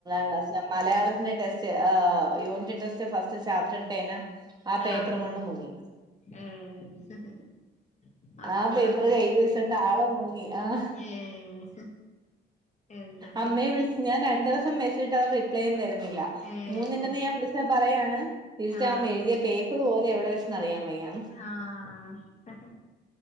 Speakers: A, on the right; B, on the left.
A: ക്ലാസിലെ മലയാളത്തിലെ ടെസ്റ്റ് ആഹ് യൂണിറ്റ് ടെസ്റ്റ് ഫസ്റ്റ് ചാപ്റ്റർ ഇട്ടേന ആ പേപ്പർ
B: ആഹ്
A: കൊണ്ട് മുങ്ങി
B: ഏഹ് മക്കളങ്ങനെന്നെ
A: ആ പേപ്പറ് കയ്യില് വെച്ചാണ്ട് ആള് മുങ്ങി ആഹ്
B: ഏഹ് എന്താ
A: അമ്മയെ
B: ചെയ്യാ
A: വിളിച്ച് ഞാൻ രണ്ടൂസം മെസ്സേജ്ട്ട് അവൻ റിപ്ലൈയും തരുന്നില്ല
B: ഏഹ്
A: മൂന്നിന്റന്ന് ഞാൻ വിളിച്ചാപറയാണ് ലീസ്റ്റാം
B: ആഹ്
A: എഴ്തിയ പേപ്പർ പോലും എവിടെ വെച്ചന്ന് അറിയാൻ വയ്യാ
B: ആഹ് ആഹ്